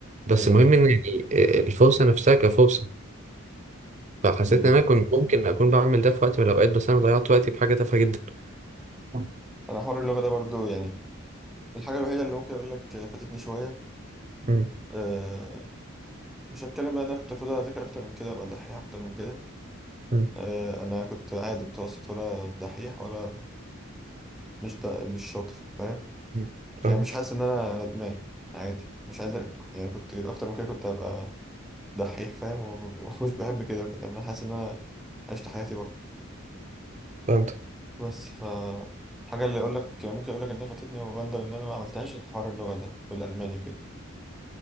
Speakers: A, on the right; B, in the centre.
A: بس
B: أيوه
A: المهم
B: فاهم
A: ان يعني آه، الفرصه نفسها كفرصه فحسيت
B: مم.
A: ان انا كنت ممكن اكون بعمل ده في وقت من الاوقات بس انا ضيعت وقتي في حاجه تافهه جدا <laughs>
B: أنا حوار اللغة ده برضو يعني الحاجة الوحيدة اللي ممكن أقول لك فاتتني شوية
A: مم.
B: أه مش هتكلم بقى أنا كنت المفروض أذاكر أكتر من كده أبقى دحيح أكتر من كده
A: مم.
B: أه أنا كنت عادي متوسط ولا دحيح ولا مش دا مش شاطر فاهم
A: مم. فاهمك
B: يعني مش حاسس إن أنا ندمان عادي مش عايز أنا كنت يعني كنت أكتر من كده كنت هبقى دحيح فاهم و- <laughs> ومش بحب كده يعني أنا حاسس إن أنا عشت حياتي برضه
A: فهمتك
B: بس ف الحاجة اللي أقول لك ممكن أقول لك إن هي فاتتني وأندم إن أنا ما عملتهاش الحوار اللغة ده والألماني وكده